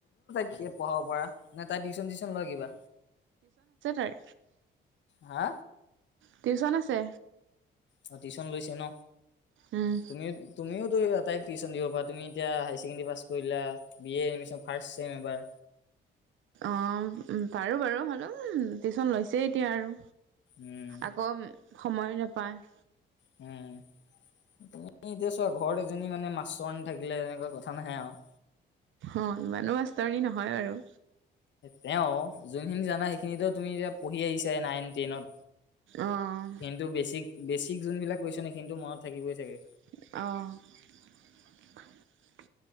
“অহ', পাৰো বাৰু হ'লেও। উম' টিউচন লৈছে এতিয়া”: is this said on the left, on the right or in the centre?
Right